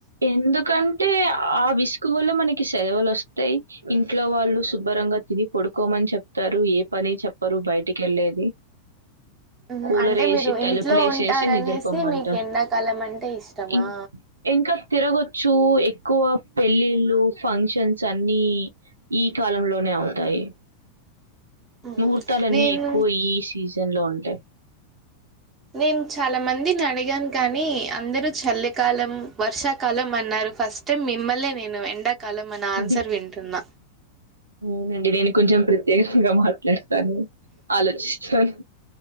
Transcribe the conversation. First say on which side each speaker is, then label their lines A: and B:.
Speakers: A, on the right; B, on the right.
A: ఎందుకంటే ఆ విస్ ఎక్కువల్లో మనకి సెలవులు వస్తాయి ఇంట్లో వాళ్ళు శుభ్రంగా తిని పడుకోమని చెప్తారు ఏ పని చెప్పరు బయటికి వెళ్లేది
B: హ్మ్.
A: కూలర్
B: అంటే
A: వేసి
B: మీరు
A: తలుపులు
B: ఇంట్లో
A: వేసేసి
B: ఉంటారనేసి
A: నిద్రపోమ్మంటారు
B: మీకు ఎండాకాలం అంటే ఇష్టమా?
A: ఇం ఇంకా తిరగచ్చు ఎక్కువ పెళ్ళిళ్ళు ఫంక్షన్స్ అన్నీ ఈ కాలంలోనే అవుతాయి
B: హ్మ్.
A: ముహూర్తాలన్నీ
B: నేను
A: ఎక్కువ ఈ సీజన్లో ఉంటాయి
B: నేను చాలా మందిని అడిగాను కానీ అందరూ చల్లికాలం వర్షాకాలం అన్నారు ఫస్ట్ టైం మిమ్మల్లే నేను ఎండా కాలం అని ఆన్సర్
A: హ్మ్.
B: వింటున్న
A: అవునండి నేను కొంచెం ప్రత్యేకంగా మాట్లాడతాను ఆలోచిస్తాను